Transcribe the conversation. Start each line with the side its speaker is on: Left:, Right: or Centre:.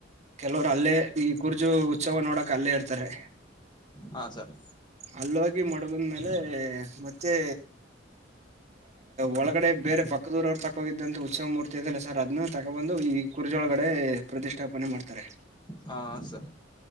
Right: ಕೆಲವರು ಅಲ್ಲೇ ಈ ಕುರ್ಜು ಉತ್ಸವ ನೋಡಕ ಅಲ್ಲೇ ಇರ್ತಾರೆ
Left: ಹಾ ಸರ್
Right: ಅಲ್ಲ ಮಡ್ಬಂದ್ಮೇಲೆ ಮತ್ತೆ ಒಳಗಡೆ ಬೇರೆ ಪಕ್ಕದೂರವ್ರು ತಗೋಗಿದ್ದಂತ ಉತ್ಸವ ಮೂರ್ತಿ ಇದೆಲ್ಲ ಸರ್ ಅದನ್ನ ತಗೊ ಬಂದು ಈ ಕುರ್ಜೊಳಗಡೆ ಪ್ರತಿಷ್ಠಾಪನೆ ಮಾಡ್ತಾರೆ
Left: ಹಾ ಸರ್